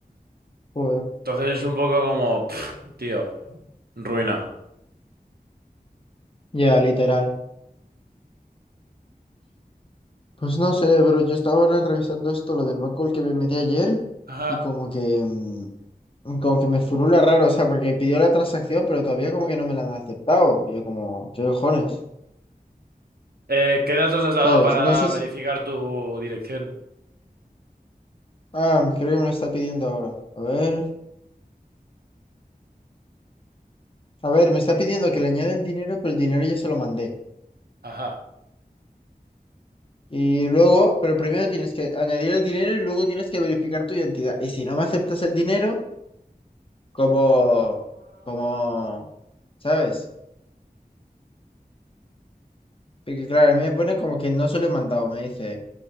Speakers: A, on the left; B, on the right.
A: Joder.
B: Entonces es un poco como, pff, tío, ruina.
A: Ya, literal. Pues no sé, pero yo estaba ahora revisando esto, lo del banco al que me metí ayer,
B: Ajá.
A: y como que, mm, como que me furula raro, o sea, porque pidió la transacción, pero todavía como que no me la han aceptado. Y yo como, ¿qué cojones?
B: Eh, ¿qué datos has dado
A: ¿Sabes?
B: para
A: No sé si...
B: verificar tu dirección?
A: Ah, creo que me lo está pidiendo ahora. A ver. A ver, me está pidiendo que le añade el dinero, pero el dinero ya se lo mandé.
B: Ajá.
A: Y luego, pero primero tienes que añadir el dinero y luego tienes que verificar tu identidad. Y si no me aceptas el dinero, como, como, ¿sabes? Porque claro, a mí me pone como que no se lo he mandado, me dice,